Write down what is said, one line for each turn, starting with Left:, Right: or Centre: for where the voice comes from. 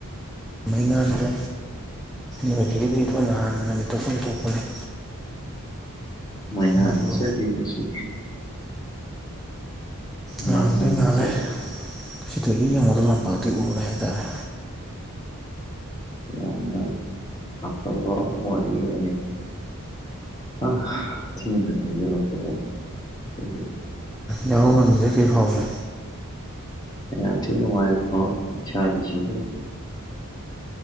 Centre: ꯃꯩ ꯉꯥꯟꯗ ꯅꯣꯏꯗꯒꯤꯗꯤ ꯑꯩꯈꯣꯏꯅ ꯍꯥꯟꯅ ꯅꯨꯃꯤꯠꯊꯣꯛꯐꯝ ꯊꯣꯛꯄꯅꯤ
Left: ꯃꯩꯉꯥꯟꯗꯤ
Centre: ꯑꯗꯨꯕꯨ
Left: <unintelligible>
Centre: ꯉꯥꯟꯕꯗꯤ
Left: ꯃꯉꯥꯜ
Centre: ꯉꯥꯜꯂꯦ
Left: ꯑꯁꯤꯗꯤ
Centre: ꯁꯤꯗꯒꯤ ꯌꯦꯡꯕꯗ ꯂꯝꯄꯥꯛꯇꯤ ꯎꯔꯦ ꯍꯥꯏꯇꯥꯔꯦ
Left: ꯌꯥꯝꯅ ꯑꯐꯕ ꯋꯥꯔꯤ ꯑꯃꯅꯤ ꯑ ꯊꯦꯡꯅ ꯊꯦꯡꯖꯤꯟꯂꯛꯄꯅꯦ <unintelligible>
Centre: ꯌꯥꯍꯧ ꯉꯟꯕꯖꯦ ꯀꯩ ꯐꯥꯎꯒꯦ
Left: ꯨꯌꯥꯝ ꯊꯤ ꯅꯨꯡꯉꯥꯏꯕ ꯐꯥꯎꯋꯤ ꯏꯁꯥꯥꯗꯤ ꯁꯤꯗꯧꯋꯤ